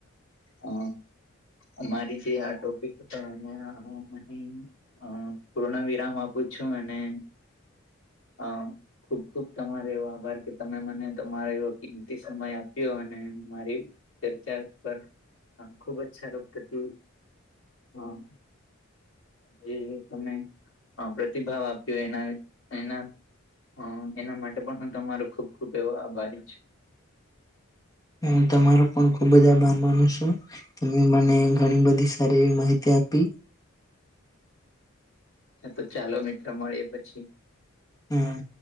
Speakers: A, on the left; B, on the left.
A: અ અમારી જે આ ટોપિક હતો એને હું અ હ પૂર્ણ વિરામ આપું છું અને હ ખુબ ખુબ તમારો એવો આભાર કે તમે મને તમારો એવો કિંમતી સમય આપ્યો અને મારી ચર્ચા પણ હા ખૂબ અચછા રો પ્રતિ હા જે તમે પ્રતિભાવ આપ્યો એના એના હ એના માટે પણ હું તમારો ખુબ ખુબ એવો આભારી જ છે
B: હું તમારો પણ ખુબ જ આભાર માનું છું તમે મને ઘણી બધી સારી એવી માહિતી આપી
A: હ તો ચાલો મિત્ર મળી પછી
B: હમ